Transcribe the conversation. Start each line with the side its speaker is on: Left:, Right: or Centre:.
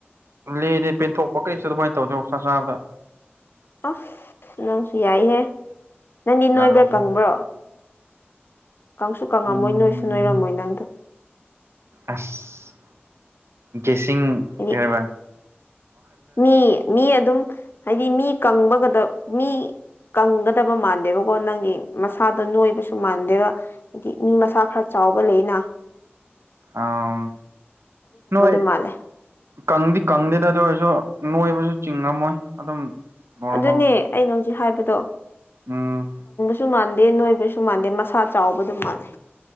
Right: ꯂꯦꯔꯦ ꯄꯦꯟꯊꯣꯛꯄ ꯀꯩꯁꯨ ꯑꯗꯨꯃꯥꯏꯅ ꯇꯧꯗꯦ ꯑꯣꯛꯁꯥ ꯆꯥꯕꯗ
Left: ꯑꯁ ꯅꯪꯁꯨ ꯌꯥꯏꯍꯦ ꯅꯪꯗꯤ ꯅꯣꯏꯕ꯭ꯔꯥ
Right: ꯌꯥꯝꯅ
Left: ꯀꯪꯕ꯭ꯔꯣ ꯀꯪꯁꯨ ꯀꯪꯉꯝꯃꯣꯏ
Right: ꯎꯝ
Left: ꯅꯣꯏꯁꯨ ꯅꯣꯏꯔꯝꯃꯣꯏ ꯅꯪꯗꯣ
Right: ꯑꯁ ꯒꯦꯁꯤꯡ
Left: ꯍꯥꯏꯗꯤ
Right: ꯍꯥꯏꯕ꯭ꯔꯥ
Left: ꯃꯤ ꯃꯤ ꯑꯗꯨꯝ ꯍꯥꯏꯗꯤ ꯃꯤ ꯀꯪꯕꯒꯗꯣ ꯃꯤ ꯀꯪꯒꯗꯕ ꯃꯥꯟꯗꯦꯕꯀꯣ ꯅꯪꯒꯤ ꯃꯁꯥꯗ ꯅꯣꯏꯕꯁꯨ ꯃꯥꯟꯗꯦꯕ ꯍꯥꯏꯗꯤ ꯃꯤ ꯃꯁꯥ ꯈꯔ ꯆꯥꯎ ꯆꯥꯎꯕ ꯂꯩꯑꯦꯅ
Right: ꯑꯝ ꯅꯣꯏ
Left: ꯃꯥꯜꯂꯦ
Right: ꯀꯪꯗꯤ ꯀꯪꯗꯦꯗ ꯑꯗꯨ ꯑꯣꯏꯔꯁꯨ ꯅꯣꯏꯕꯁꯨ ꯆꯤꯡꯉꯝꯃꯣꯏ ꯑꯗꯨꯝ ꯅꯣꯔꯃꯦꯜ
Left: ꯑꯗꯨꯅꯦ ꯑꯩꯅ ꯍꯧꯖꯤꯛ ꯍꯥꯏꯕꯗꯣ
Right: ꯎꯝ
Left: ꯁꯨ ꯃꯥꯟꯗꯦ ꯅꯣꯏꯕꯁꯨ ꯃꯥꯟꯗꯦ ꯃꯁꯥ ꯆꯥꯎꯕ ꯑꯗꯨ ꯃꯥꯟꯂꯦ